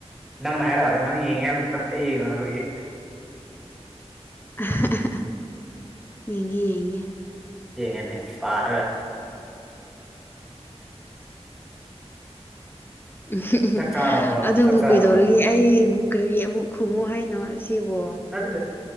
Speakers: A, in the centre; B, on the left (about 20°).
A: ꯅꯪꯅ ꯍꯥꯏꯔꯛꯑꯣꯅꯦ ꯅꯪ ꯌꯦꯡꯉꯦ ꯍꯥꯏꯕ ꯅꯠꯇ꯭ꯔꯣ ꯑꯩ ꯌꯦꯡꯉ ꯔꯣꯏꯒꯦ
B: ꯑ ꯍꯥꯍꯥ ꯌꯦꯡꯒꯦ ꯌꯦꯡꯒꯦ
A: ꯌꯦꯉꯦꯅꯦ ꯄꯥꯔꯒ
B: ꯎꯝ
A: ꯆꯥꯛ ꯆꯥꯔꯕꯣ
B: ꯑꯗꯨꯕꯨ
A: ꯆꯥꯛ ꯆꯥꯔꯨꯔꯒꯦ
B: ꯀꯩꯗꯧꯔꯒꯦ ꯑꯩꯕꯨ ꯀꯔꯤ ꯑꯃꯨꯛ ꯈꯨꯝꯃꯨ ꯍꯥꯏꯅꯣ ꯁꯤ ꯁꯤꯕꯨ
A: ꯅꯠꯇꯦꯗ